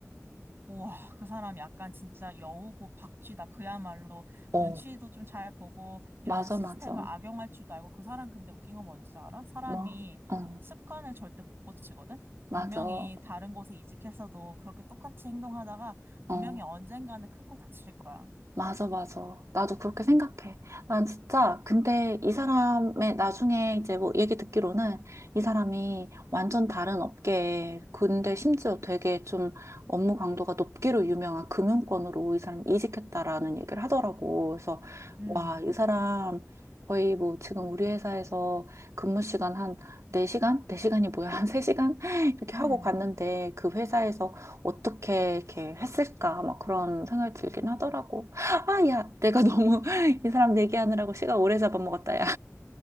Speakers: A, on the right; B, on the right.
A: 우와, 그 사람 약간 진짜 여우고 박쥐다. 그야말로
B: 어,
A: 눈치도 좀 잘 보고 이런
B: 맞아,
A: 시스템을
B: 맞아.
A: 악용할 줄도 알고 그 사람 근데 웃긴 건 뭔지 알아? 사람이
B: 뭐? 어,
A: 습관을 절대 못 고치거든?
B: 맞아.
A: 분명히 다른 곳에 이직했어도 그렇게 똑같이 행동하다가 분명히
B: 어.
A: 언젠가는 큰 거 다칠 거야.
B: 맞아, 맞아. 나도 그렇게 생각해. 난 진짜, 근데 이 사람의 나중에 이제 뭐 얘기 듣기로는 이 사람이 완전 다른 업계에, 근데 심지어 되게 좀 업무 강도가 높기로 유명한 금융권으로 이 사람이 이직했다라는 얘기를 하더라고. 그래서,
A: 음.
B: 와, 이 사람 거의 뭐 지금 우리 회사에서 근무 시간 한 4시간? 4시간이 뭐야? 한 3시간? <laughs> 이렇게
A: 음.
B: 하고 갔는데 그 회사에서 어떻게 이렇게 했을까? 막 그런 생각이 들긴 하더라고. 아, 야, 내가 너무 <laughs> 이 사람 얘기하느라고 시간 오래 잡아먹었다, 야.